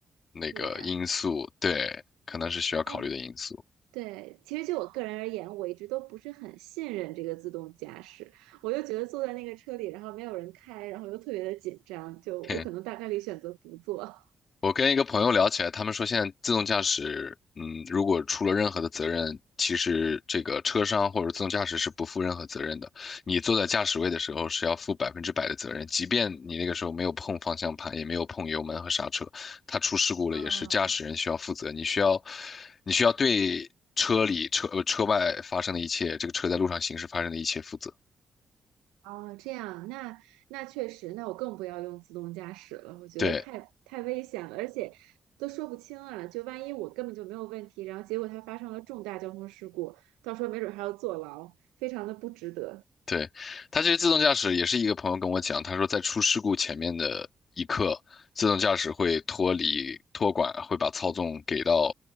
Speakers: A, on the left; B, on the right.
A: 那个因素，
B: 点。
A: 对，可能是需要考虑的因素。
B: 嗯，对，其实就我个人而言，我一直都不是很信任这个自动驾驶，我就觉得坐在那个车里，然后没有人开，然后又特别的紧张，就我可能大概率选择不坐。
A: <laughs> 我跟一个朋友聊起来，他们说现在自动驾驶，嗯，如果出了任何的责任，其实这个车商或者自动驾驶是不负任何责任的。你坐在驾驶位的时候是要负百分之百的责任，即便你那个时候没有碰方向盘，也没有碰油门和刹车，它出事故了也是驾驶人需要负责。
B: 嗯，
A: 你需要，你需要对车里车呃车外发生的一切，这个车在路上行驶发生的一切负责。
B: 哦，这样，那那确实，那我更不要用自动驾驶了，我觉得太太危险了，
A: 对，
B: 而且都说不清啊，就万一我根本就没有问题，然后结果它发生了重大交通事故，到时候没准还要坐牢，非常的不值得。
A: 对，它其实自动驾驶也是一个朋友跟我讲，他说在出事故前面的一刻，自动驾驶会脱离托管，会把操纵给到